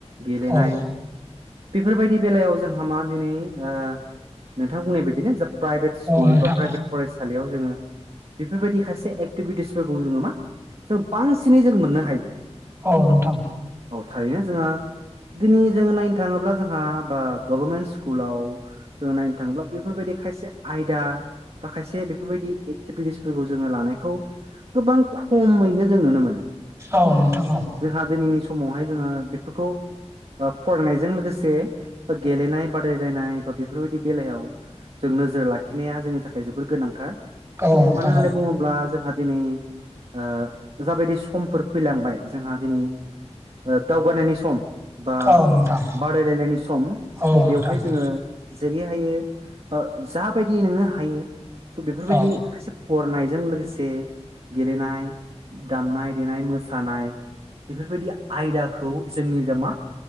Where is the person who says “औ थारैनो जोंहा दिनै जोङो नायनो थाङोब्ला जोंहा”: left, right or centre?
Right